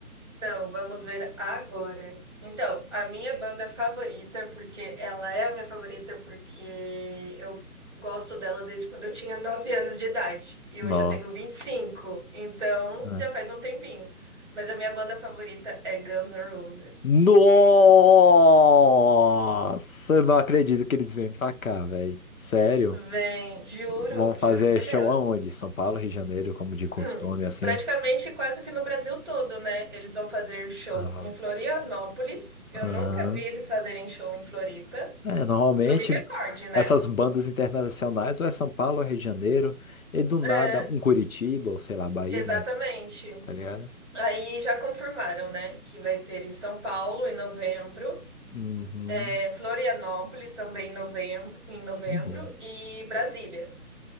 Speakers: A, in the centre; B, on the left.
A: Então, vamos ver agora. Então, a minha banda favorita, porque ela é a minha favorita, porque eu gosto dela desde quando eu tinha 9 anos de idade. E
B: Nossa.
A: hoje eu tenho 25. então
B: Ah.
A: já faz um tempinho. Mas a minha banda favorita é Guns N' Roses.
B: Nossa, eu não acredito que eles vêm pra cá, velho. Sério?
A: Vem, juro,
B: Vão fazer
A: juro por
B: show
A: Deus.
B: aonde? São Paulo, Rio de Janeiro, como de costume,
A: <clears throat>
B: assim?
A: Praticamente quase que no Brasil todo, né? Eles vão fazer show
B: Aham.
A: em Florianópolis. Eu
B: Aham.
A: nunca vi eles fazerem show em Floripa.
B: É, normalmente
A: Que eu me recorde, né?
B: essas bandas internacionais ou é São Paulo, ou é Rio de Janeiro, e do nada
A: É,
B: um Curitiba, ou sei lá, Bahia,
A: exatamente.
B: mas tá ligado?
A: Aí já confirmaram, né? Que vai ter em São Paulo em novembro,
B: Uhum.
A: é, Florianópolis também em novembro, em
B: Sim.
A: novembro e Brasília.